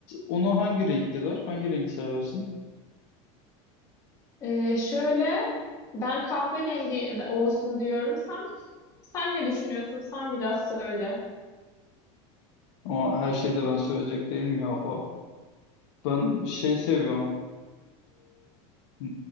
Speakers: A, on the left (about 65°); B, on the left (about 20°).
A: Ona hangi renk gider? Hangi rengi seversin?
B: e, şöyle ben kahverengi olsun diyorum. Sen sen ne düşünüyorsun? Sen biraz söyle.
A: Ama her şeyi de ben söyleyecek değilim yahu. Ben şey seviyorum. Ee,